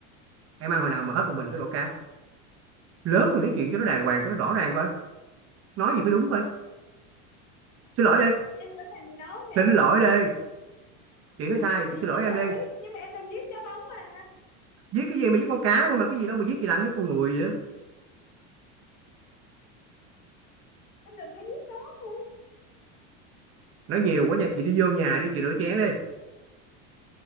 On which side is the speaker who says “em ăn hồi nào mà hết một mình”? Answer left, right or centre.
Right